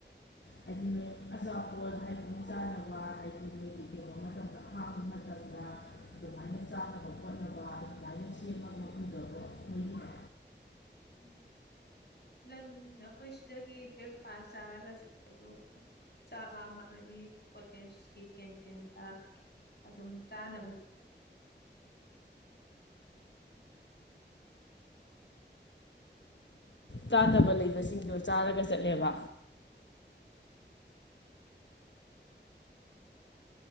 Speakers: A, on the left (about 75°); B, on the left (about 60°).
A: ꯍꯥꯢꯗꯤ ꯅꯣꯏ ꯑꯆꯥꯄꯣꯠ ꯍꯥꯏꯗꯤ ꯆꯥꯅꯕ ꯍꯥꯏꯗꯤ ꯅꯣꯏꯒꯤ ꯀꯩꯅꯣ ꯃꯇꯝꯗ ꯑꯍꯥꯪꯕꯥ ꯃꯇꯝꯗ ꯑꯗꯨꯃꯥꯏꯅ ꯆꯥꯅꯕ ꯈꯣꯠꯅꯕꯥ ꯑꯗꯨꯃꯥꯢꯅ ꯁꯦꯝꯃꯒꯥ <inaudible> ꯃꯣꯏꯒꯤꯅꯦ
B: ꯎꯝ ꯂꯟ ꯑꯩꯈꯣꯏ ꯁꯤꯗꯒꯤ ꯕ꯭ꯔꯦꯛꯐꯥꯁ ꯆꯥꯔꯒ ꯆ ꯑꯗꯨꯒ ꯆꯥꯛꯃꯗꯤ ꯀꯣꯂꯦꯖꯀꯤ ꯀꯦꯟꯇꯤꯟꯗ ꯑꯗꯨꯝ ꯆꯥꯅꯕ
A: ꯆꯥꯗꯕ ꯂꯩꯕꯁꯤꯡꯗꯣ ꯆꯥꯔꯒ ꯆꯠꯂꯦꯕ